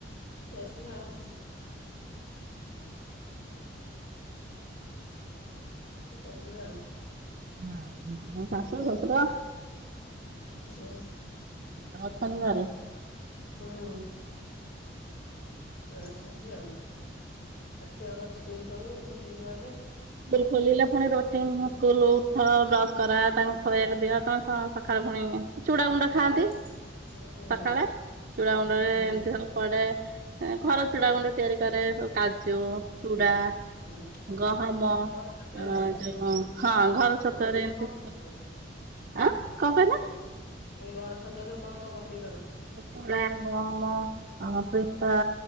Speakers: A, on the left; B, on the right.
A: ଯାଇଥିଲା ଆଉ। <unintelligible> ଥିଲା ଆଉ।
B: ହଁ ଶାଶୁ ଶ୍ୱଶୁର
A: ହୁଁ।
B: ଅଛନ୍ତି ଘରେ।
A: ହୁଁ। ଆସଛନ୍ତି ଆଉ ଆ ଛୁଆଙ୍କର ସ୍କୁଲ ସବୁ ଖୋଲିଯିବ ଏବେ।
B: ସ୍କୁଲ ଖୋଲିଲା ଫୁଣି ରୋଟିନ୍ କୁଲ୍ ଉଠ ବ୍ରସ କରା ତାଙ୍କୁ ଖୁଆଇବାକୁ ଦିଅ ତମେ କଣ ସଖାଳୁ ଫୁଣି ଚୁଡ଼ାଗୁଣ୍ଡ
A: ସକାଳ
B: ଖାଆନ୍ତି
A: ହୁଁ
B: ସଖାଳେ ଚୁଡ଼ାଗୁଣ୍ଡରେ
A: ହୁଁ
B: ଏମିତି ସବ ପଡେ ଘର ଚୁଡା ଗୁଣ୍ଡ ତିଆରି କରେ ସବ୍ କାଜୁ ଚୁଡ଼ା
A: ହୁଁ
B: ଗ ଗହମ ଆଁ
A: ବର ଛାଡ଼ିଲା
B: ଯୋଉ ହଁ ହଁ ଘର ଛତୁଆରେ
A: ନାଇଁ
B: ଏମିତି ଆଁ କଁ କହିଲ?
A: ଘର ଛତୁଆ ସବୁ କଣ କଣ ପକେଇକି କର?
B: ଚୁଡ଼ା ଗହମ ଅ ପିସ୍ତା